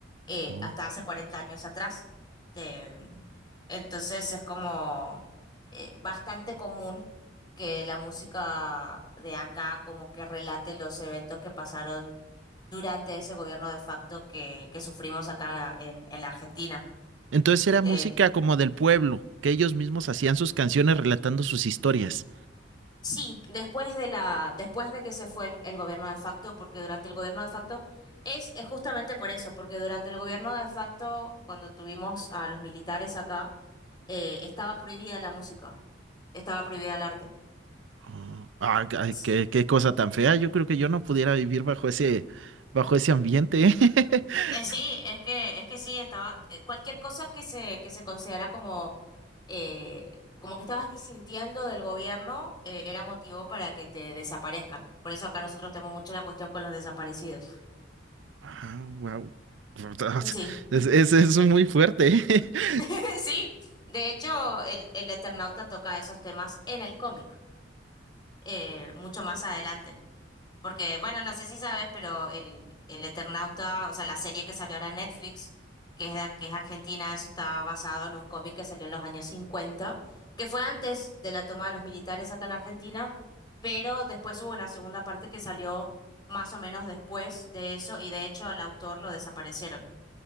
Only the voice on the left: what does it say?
eh,
hasta hace 40 años atrás. Eh, entonces es como eh, bastante común que la música de acá como que relate los eventos que pasaron durante ese gobierno de facto que, que sufrimos acá en, en la Argentina.
Eh,
Sí, después de la, después de que se fue el, el gobierno de facto, porque durante el gobierno de facto es, es justamente por eso, porque durante el gobierno de facto, cuando tuvimos a los militares acá, eh, estaba prohibida la música, estaba prohibida el arte.
Es-
eh, sí, es que, es que sí, estaba, eh, cualquier cosa que se, que se considera como, eh, como que estabas disintiendo del gobierno, eh, era motivo para que te desaparezcan. Por eso acá nosotros tenemos mucho la cuestión con los desaparecidos.
Sí.
<laughs> Sí, de hecho, el, el Eternauta toca esos temas en el cómic, eh, mucho más adelante. Porque, bueno, no sé si sabes, pero el, el Eternauta, o sea, la serie que salió ahora en Netflix, que es, de- que es argentina, eso está basado en un cómic que salió en los años cincuenta que fue antes de la toma de los militares acá en Argentina, pero después hubo una segunda parte que salió más o menos después de eso, y de hecho al autor lo desaparecieron.